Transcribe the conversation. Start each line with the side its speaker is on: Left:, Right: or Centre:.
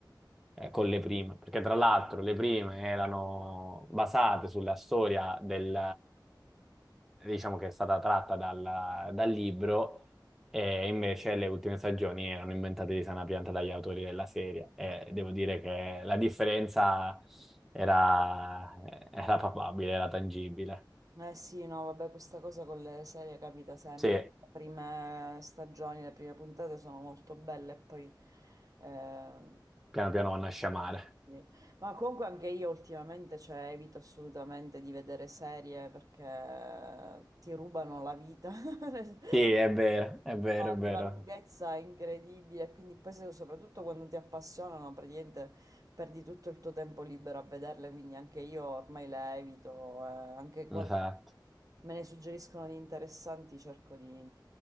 Centre: eh, eh, con le prime, perché tra l'altro le prime erano basate sulla storia del, eh, diciamo che è stata tratta dal, dal libro, e invece le ultime stagioni erano inventate di sana pianta dagli autori della serie. E devo dire che la differenza era, era palpabile, era tangibile.
Right: Eh sì, no, vabbè, questa cosa con le serie capita sempre.
Centre: Sì,
Right: Le prime stagioni, le prime puntate sono molto belle e poi... eh,
Centre: piano piano vanno a sciamare.
Right: sì. Ma comunque anche io ultimamente, cioè, evito assolutamente di vedere serie perché ti rubano la vita. <laughs>
Centre: Sì, è vero, è vero,
Right: No,
Centre: è
Right: di
Centre: vero.
Right: una lunghezza incredibile, quindi poi se- soprattutto quando ti appassionano, praticamente perdi tutto il tuo tempo libero a vederle, quindi anche io ormai le evito, eh, anche quando
Centre: Esatto.
Right: me ne suggeriscono di interessanti cerco di,